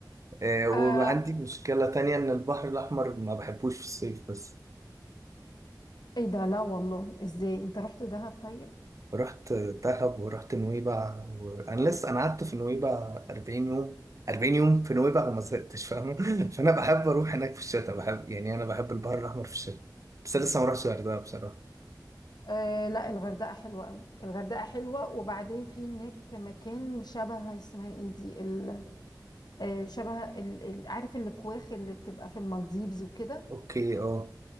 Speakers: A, on the right; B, on the left.
A: آه، وعندي
B: آه
A: مشكلة تانية ان البحر الاحمر ما بحبوش في الصيف بس
B: ايه ده لا والله ازاي انت رحت دهب طيب
A: رحت دهب ورحت نويبع وانا لسه انا قعدت في نويبع 40 يوم 40 يوم في نويبع وما زهقتش فاهمه <laughs> فانا بحب اروح هناك في الشتاء بحب يعني انا بحب البحر الاحمر في الشتاء بس لسه ما رحتش الغردقه بصراحه
B: آه لا الغردقه حلوه قوي الغردقه حلوه وبعدين في هناك مكان شبه اسمها ايه دي ال- آه شبه ال- ال- عارف الكواخ اللي بتبقى في المالديفز وكده
A: اوكي اه